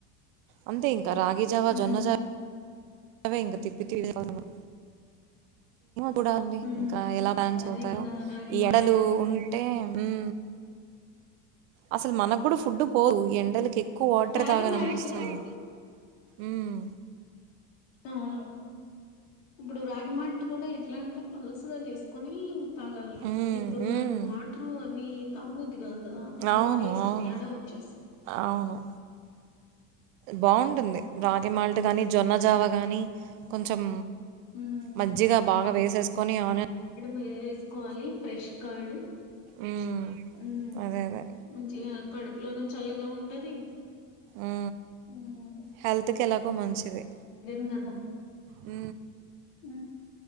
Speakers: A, on the right; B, on the left.
A: అంతే ఇంకా రాగి జావా
B: హ్మ్.
A: జొన్న జా అే ఇంగ తిప్ప <unintelligible> చూడాలాండి
B: హ్మ్
A: ఇంకా ఎలా బ్యాన్స్
B: అదే
A: అవుతాయో
B: కదా రాగి
A: ఈ
B: మాల్ట్
A: ఎండలు ఉంటే ఉం అసలు మనకు కూడా ఫుడ్ పోదు ఎండలకి ఎక్కువ వాటర్
B: రాగి
A: తాగాలనిపిస్తుంది
B: మాల్ట్
A: ఉమ్
B: అవును ఇప్పుడు రాగిమాల్ట్ కూడా ఎట్లా అంటే పల్స్గా చేసుకొని తాగాలి
A: మ్మ్
B: ఇప్పుడు
A: మ్మ్
B: మనకు వాటరు అవి త బుద్ధి కాదు కదా మల్ల
A: అవును
B: టేస్ట్
A: అవును
B: తేడా ఉచ్చాస్
A: అవును బాగుంటుంది రాగి మాల్ట్ గాని జొన్నజావా కానీ కొంచెం
B: హ్మ్
A: మజ్జిగ బాగా వేసేసుకొని ఆన్
B: వేస్కొవలి ఫ్రెష్ కర్డ్
A: మ్మ్
B: ఊ
A: అదే అదే
B: ముంచి ఆ కడుప్లోను చల్లగా ఉంటది
A: ఊ
B: హ్మ్
A: హెల్త్కి ఎలాగో మంచిది
B: నూడ
A: ఊ
B: ఊ